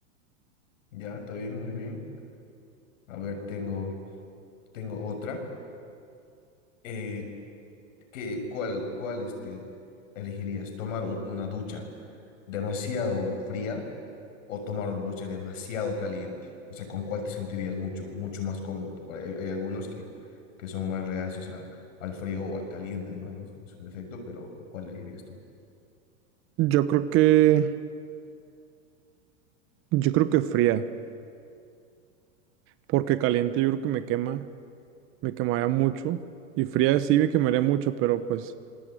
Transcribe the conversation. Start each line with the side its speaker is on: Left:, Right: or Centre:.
Left: ya, está bien, muy bien. A ver, tengo, tengo otra. Eh, ¿qué- cuál, cuál este, elegirías? ¿Tomar un- una ducha demasiado fría o tomar una ducha demasiado caliente? O sea, ¿con cuál te sentirías mucho, mucho más cómodo? Por ahí Hay, hay algunos que, que son más reacios a- al frío o al caliente, ¿no? En, su en su defecto, pero ¿cuál elegirías tú?
Right: Yo creo que, yo creo que fría, porque caliente yo creo que me quema. me quemaría mucho. Y fría sí me quemaría mucho, pero pues